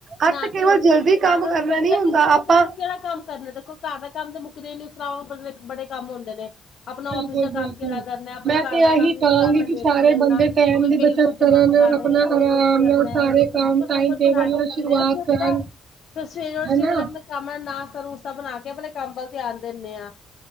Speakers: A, on the right; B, on the left.
A: ਅਰਥ
B: ਨਾ
A: ਕੇਵਲ
B: ਕੇ ਰੋਟੀ
A: ਜਲਦੀ
B: ਰੋਟੀ ਖਾ
A: ਕੰਮ
B: ਕੇ
A: ਕਰਨਾ
B: ਸੋਚਾਂਗੇ
A: ਨਹੀਂ ਹੁੰਦਾ
B: ਅਸੀਂ
A: ਆਪਾਂ
B: ਕੱਲ੍ਹ ਕਿਹੜਾ ਕੰਮ ਕਰਨਾ ਦੇਖੋ। ਘਰ ਦੇ ਕੰਮ ਤੇ ਮੁੱਕਦੇ ਨੀ ਸ਼ਰ ਬੜੇ ਕੰਮ ਹੁੰਦੇ ਨੇ। ਆਪਣਾ
A: ਬਿਲਕੁਲ-ਬਿਲਕੁਲ
B: ਔਫਸ਼ ਦਾ ਕੰਮ ਕਿਹੜਾ ਕਰਨਾ ਆਪਣਾ
A: ਮੈਂ
B: ਘਰ
A: ਤੇ
B: ਦਾ
A: ਇਹੀ
B: ਕੰਮ
A: ਕਹਾਂਗੀ
B: ਕਿਹੜਾ ਮੈਡੇਟਰੀ
A: ਕਿ ਸਾਰੇ
B: ਹੈ, ਆਪਣਾ
A: ਬੰਦੇ ਟੈਮ
B: ਕੋਈ
A: ਦੀ
B: ਬਿਲ
A: ਬੱਚਤ
B: ਬੁਲ
A: ਕਰਨ
B: ਜਮਾਂ ਕਰਾਣੇ
A: ਆਪਣਾ
B: ਕੋਈ
A: ਆਰਾਮ
B: ਕੁਛ ਕਰਨਾ
A: ਨਾਲ ਸਾਰੇ
B: ਬਿਲਕੁਲ
A: ਕੰਮ
B: ਦੇਖੋ
A: ਟਾਈਮ
B: ਕੁਛ
A: ਟੇਬਲ
B: ਬਣਾ
A: ਨਾਲ
B: ਚੱਲੇ
A: ਸ਼ੁਰੂਆਤ
B: ਹਾਂ ਅਸੀਂ ਆਪਣਾ
A: ਕਰਨ
B: ਫਿਰ ਸਵੇਰੇ ਉੱਠ
A: ਹਨਾ।
B: ਕੇ ਪਹਿਲਾਂ ਆਪਣੇ ਕੰਮ ਦਾ ਨਾਸ਼ਤਾ ਨੂਸ਼ਤਾ ਬਣਾ ਕੇ ਆਪਣੇ ਕੰਮ ਵੱਲ ਧਿਆਨ ਦਿੰਨੇ ਆ